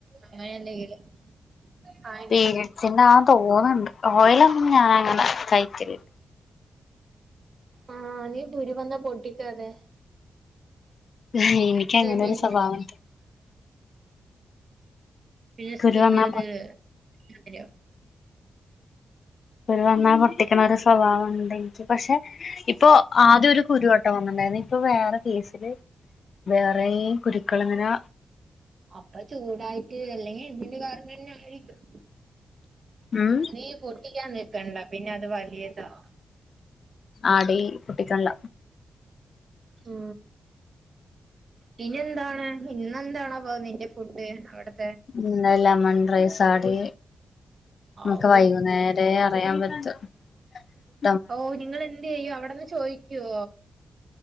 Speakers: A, on the right; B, on the left.
A: അങ്ങനെ എന്തെങ്കിലും ആ എനിക്ക്
B: പീരിഡ്സ് ന്നാ തോന്നുന്നുണ്ട് ഓയലൊന്നും ഞാൻങ്ങെ കഴിക്കല
A: ആ നീ കുരു വന്ന പൊട്ടിക്ക അതെ
B: ഉ എനിക്ക അങ്ങനെ
A: പിന്നെ
B: ഒരു സ്വഭാവണ്ട്
A: പിിനെസ്കി
B: കുരു
A: ഇന്ന
B: വന്നാ
A: അത് അ <unintelligible>
B: കുരു വന്നാൽ പൊട്ടിക്കണ ഒരു സ്വഭാവംുണ്ട് എനിക്ക് പക്ഷെ ഇപ്പൊ ആദ്യം ഒരു കുരുവട്ട വന്നിണ്ടായിരുന്നു ഇപ്പൊ വേറെ കേസില് വേറെ കുരുക്കൾിങ്ങനെ
A: അപ്പൊ ചൂടായിട് അല്ലേലെങ്കിൽ ഇതിന്റെ കാരണം തന്നെ ആരിക്കും
B: ഉം
A: നീ പൊട്ടിക്കാൻ നിക്കണ്ട പിന്നെ വല്യതാ
B: ആടി പൊട്ടികാണില്ല
A: ഉ പിനി എന്താണ് ഇന്നെന്തണോ പോകുന്നത് നിന്റെ ഫുഡ് അവിടെ
B: ഉം എല്ല അമൺ റൈസാടി നമക്ക്
A: ഔ
B: വൈകുന്നേരേ അറിയൻ പറ്റ <unintelligible>
A: ഓ നിങ്ങളെന്തെയ്യും അവടന്ന് ചോയ്കോ